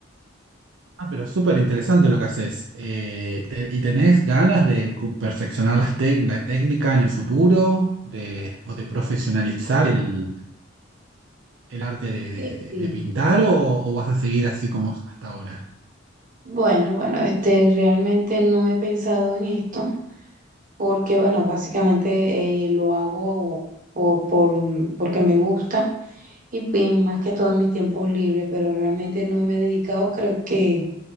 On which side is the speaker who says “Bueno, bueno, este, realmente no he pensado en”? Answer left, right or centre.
Right